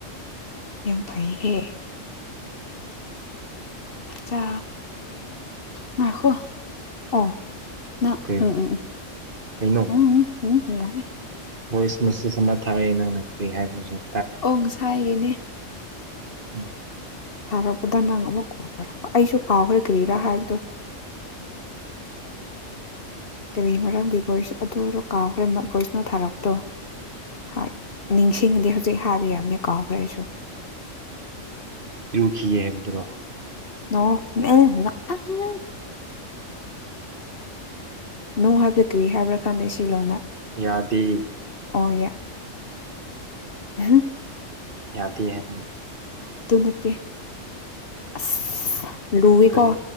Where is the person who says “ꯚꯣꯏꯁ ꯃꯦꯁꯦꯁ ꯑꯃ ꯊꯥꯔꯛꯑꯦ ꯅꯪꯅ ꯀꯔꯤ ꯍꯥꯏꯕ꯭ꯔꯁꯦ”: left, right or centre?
Right